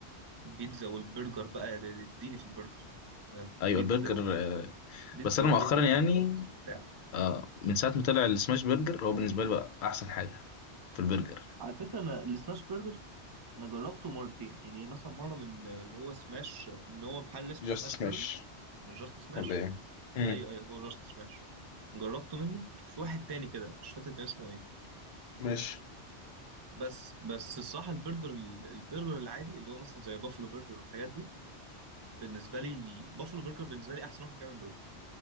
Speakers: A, on the right; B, on the left.
A: البيتزا والبرجر بقى اديني في البرجر أنا
B: أيوة
A: بيتزا
B: البرجر
A: و...
B: آه،
A: بيتزا
B: بس أنا
A: وبرجر
B: مؤخرا يعني
A: وبطاطس وبتاع
B: آه، من ساعة ما طلع السماش برجر هو بالنسبة لي بقى أحسن حاجة في البرجر
A: على فكرة أنا السماش برجر أنا جربته مرتين يعني مثلا مرة من اللي هو سماش إن هو محل اسمه
B: جاست
A: سماش
B: سماش
A: برجر من جاست سماش
B: ولا ايه امم
A: ايوه ايوه هو جاست سماش جربته منه وفي واحد تاني كده مش فاكر كان اسمه ايه
B: ماشي
A: بس بس الصراحه البرجر البرجر العادي اللي هو مثلا زي بافلو برجر والحاجات دي بالنسبه لي بافلو برجر بالنسبه لي احسن واحد بيعمل برجر